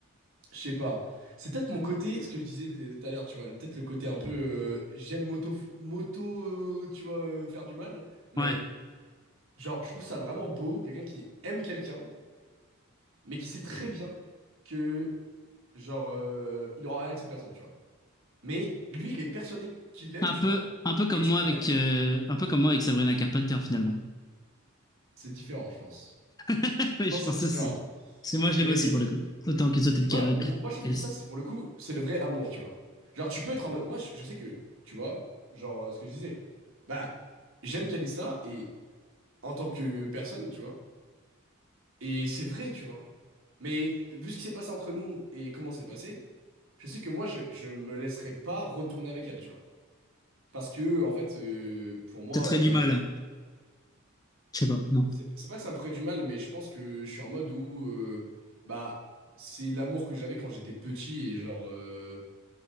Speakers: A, on the right; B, on the left.
A: je sais pas. C'est peut-être mon côté, ce que je disais euh, tout à l'heure, tu vois. Peut-être le côté un peu, euh, j'aime moto, moto, euh, tu vois, euh, faire du mal. Mais,
B: Ouais.
A: genre, je trouve ça vraiment beau, quelqu'un qui aime quelqu'un, mais qui sait très bien que, genre, euh, il aura rien avec cette personne, tu vois. Mais lui, il est persuadé qu'il l'aime,
B: Un
A: tu
B: peu,
A: vois.
B: un peu comme
A: Et tu
B: moi
A: peux
B: avec,
A: rien y faire,
B: euh,
A: tu vois.
B: un peu comme moi avec Sabrina Carpenter, finalement.
A: C'est différent, je pense.
B: <laughs>
A: Je
B: Oui,
A: pense
B: je pense
A: que c'est différent.
B: aussi. Parce que moi, je
A: Mais
B: l'aime aussi, pour
A: tu,
B: le coup. Autant que toi, efficace.
A: tu vois, m- moi je trouve que ça, c'est pour le coup, c'est le vrai amour, tu vois. Genre, tu peux être en mode. Moi, je, je sais que, tu vois, genre euh, ce que je disais, bah, j'aime Kalista et en tant que personne, tu vois. Et c'est vrai, tu vois. Mais vu ce qui s'est passé entre nous et comment c'est passé, je sais que moi, je, je me laisserai pas retourner avec elle, tu vois. Parce que, en fait, euh, pour moi,
B: T'as très
A: euh,
B: du mal. Je sais pas, non.
A: C'est c'est pas que ça me ferait du mal, mais je pense que je suis en mode où euh, bah c'est l'amour que j'avais quand j'étais petit et genre euh,